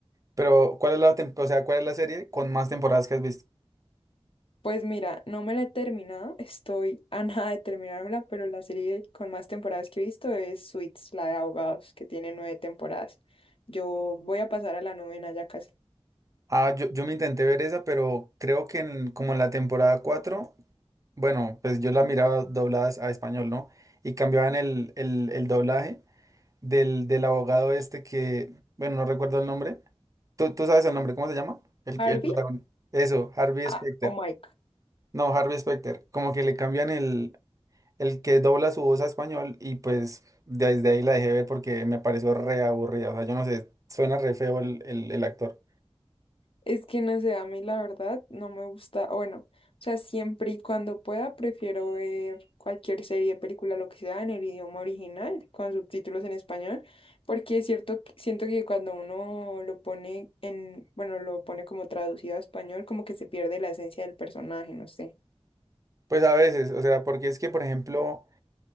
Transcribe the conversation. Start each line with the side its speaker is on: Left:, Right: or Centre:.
Right: Pero, ¿cuál es la, tem- o sea, cuál es la serie con más temporadas que has visto?
Left: Pues mira, no me la he terminado, estoy a <laughs> nada de terminármela, pero la serie con más temporadas que he visto es Suits, la de abogados, que tiene nueve temporadas. Yo voy a pasar a la novena ya casi.
Right: Ah, yo, yo me intenté ver esa, pero creo que en, como en la temporada 4, bueno, pues yo la miraba doblada a español, ¿no? Y cambiaban el, el, el doblaje del, del abogado este que, bueno, no recuerdo el nombre. ¿Tú, tú sabes el nombre? ¿Cómo se llama? El,
Left: Harvey
Right: que- el protagonista. Eso, Harvey
Left: Ah,
Right: Specter.
Left: oh my. g-
Right: No, Harvey Specter. Como que le cambian el, el que dobla su voz a español y pues desde ahí la dejé ver porque me pareció re aburrida. O sea, yo no sé, suena re feo el, el el actor.
Left: Es que no sé, a mí la verdad no me gusta, o bueno, o sea, siempre y cuando pueda prefiero ver cualquier serie, película, lo que sea en el idioma original, con subtítulos en español, porque es cierto, que- siento que cuando uno lo pone en, bueno, lo pone como traducido a español, como que se pierde la esencia del personaje, no sé.
Right: Pues a veces, o sea, porque es que, por ejemplo...